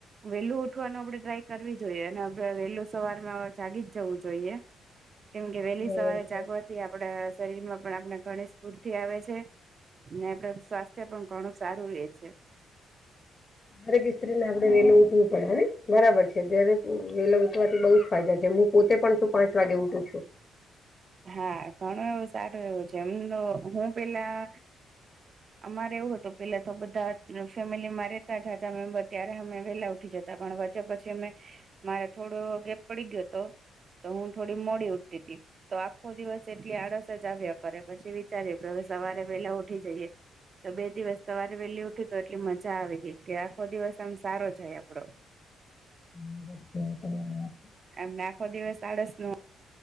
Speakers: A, on the right; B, on the left.
A: વેલું ઉઠવાનું આપડે ટ્રાય કરવી જોઈએ અને આપડે વેલું સવારમાં જાગી જ જવું જોઈએ. કેમ કે વહેલી
B: બરાબર
A: સવારે
B: છે.
A: જાગવાથી આપણા શરીર માં પણ આપણે ઘણી સ્ફૂર્તિ આવે છે. ને આપડે સ્વાસ્થ્ય પણ ઘણું સારું રે છે.
B: દરેક સ્ત્રીને આપડે વેલું ઊઠવું પડેને બરાબર છે દરેક વેલા ઊઠવાથી બહુ જ ફાયદા છે હું પોતે <unintelligible> પાંચ વાગે ઉઠું છું
A: હા ઘણું એવું સારું એવું છે એમનો હું પેલા અમારે એવું હતું પેલા તો બધા ફેમિલીમા રહેેતા જાજા મેમ્બર ત્યારે અમે વેલા <unintelligible> ઉઠી જતાં પણ વચ્ચે મારે થોડો ગેપ પડી ગયો હતો. તો હું થોડી મોડી ઉઠતીતી. તો આખો દિવસ એટલી આળસ જ આવ્યા કરે પછી વિચારીએ હવે સવારે વેલા ઉઠી જઈએ. તો બે દિવસ સવારે વહેલી ઉઠી તો એટલી મજા આવી ગઈ કે આખો દિવસ આમ સારો જાય આપડો.
B: <inaudible>
A: આમ આખો દિવસ આળસ ન